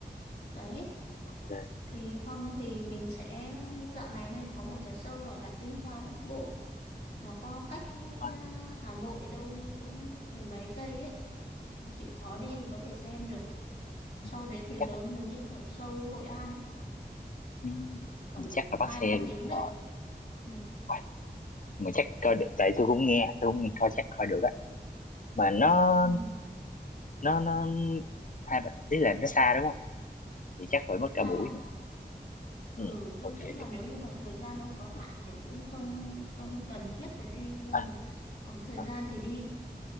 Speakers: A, on the left; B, on the left.
A: Đấy,
B: ừ, ok
A: thì không thì mình sẽ dạo này hay có một cái show gọi là Tinh Hoa Bắc Bộ. Nó có cách ừ,
B: Quá-
A: Hà Nội đâu như cũng mười mấy cây ấy. Thì chịu khó đi thì có thể xem được. Show
B: ừ,
A: đấy thì lớn
B: chắc là
A: giống như kiểu show Hội An ấy,
B: ừ,
A: tầm
B: mình chắc là bắt
A: hai
B: xe
A: ba
B: đi
A: tiếng
B: ờ
A: đấy. Ừ.
B: vậy, mà chắc coi được tại tôi cũng nghe tôi cũng nghe coi chắc coi được á mà nó
A: Ừ.
B: nó nó hai bạn ý là nó xa đúng không thì chắc phải mất cả
A: Ra
B: buổi nữa
A: Ừ,
B: ừ,
A: tôi
B: ok
A: nghĩ là
B: được.
A: nếu như mà thời gian ông có hạn
B: Ừ.
A: thì cũng không không cần thiết phải đi nhưng
B: À,
A: mà có thời
B: à.
A: gian thì đi